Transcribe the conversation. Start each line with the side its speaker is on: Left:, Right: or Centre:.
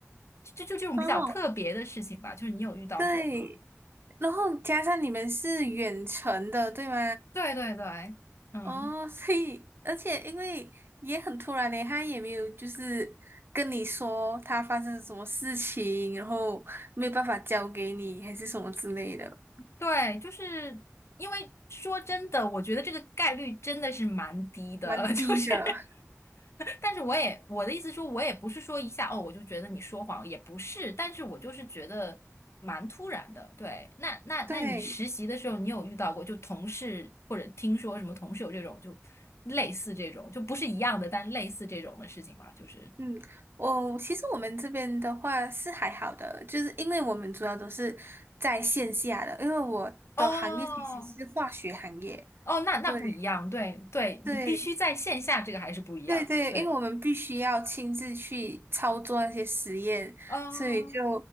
Left: 就就这种比较特别的事情吧，
Right: 哦，
Left: 就是你有遇到过吗？
Right: 对，然后加上你们是远程的，对吗？
Left: 对对对，嗯。
Right: 哦，所以而且因为也很突然嘞，他也没有就是跟你说他发生什么事情，然后没有办法交给你，还是什么之类的，
Left: 对，就是因为说真的，我觉得这个概率真的是蛮低的，
Right: 蛮低的。
Left: <laughs> 就是但是我也我的意思说，我也不是说一下哦，我就觉得你说谎，也不是，但是我就是觉得蛮突然的。对，那那那你实习的时候，
Right: 对，
Left: 你有遇到过就同事或者听说什么同事有这种就类似这种，就不是一样的，但类似这种的事情吗？就是
Right: 嗯，我、其实我们这边的话是还好的，就是因为我们主要都是在线下的，因为我的行业其实是化学行业，
Left: 哦哦，那那不一样，
Right: 对
Left: 对对，
Right: 对，
Left: 你必须在线下，这个还是不一样的，
Right: 对对，
Left: 对。
Right: 因为我们必须要亲自去操作那些实验，
Left: 嗯，
Right: 所以就